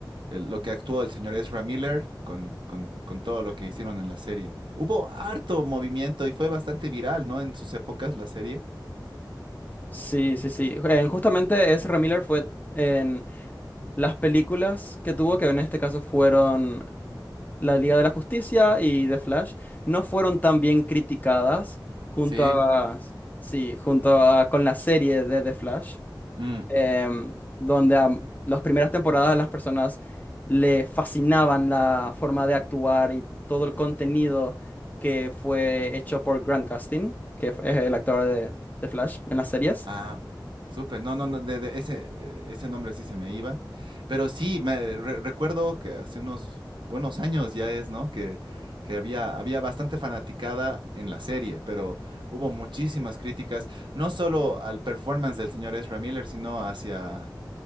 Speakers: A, on the right; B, on the left.
A: eh, lo que actuó el señor Ezra Miller con, con, con todo lo que hicieron en la serie. Hubo harto movimiento y fue bastante viral, ¿no? En sus épocas, la serie.
B: Sí, sí, sí. Eh, justamente Ezra Miller fue en las películas que tuvo, que en este caso fueron la Liga de la Justicia y The Flash no fueron tan bien criticadas junto
A: Sí.
B: a, sí, junto a, con la serie de The Flash,
A: Mm.
B: em, donde a las primeras temporadas las personas le fascinaban la forma de actuar y todo el contenido que fue hecho por Grant Gustin, que es el actor de, de Flash en las series,
A: Ah, súper. No, no, no, de, de ese, ese nombre sí se me iba. Pero sí, me re- recuerdo que hace unos buenos años ya es, ¿no? Que, que había, había bastante fanaticada en la serie, pero hubo muchísimas críticas, no solo al performance del señor Ezra Miller, sino hacia,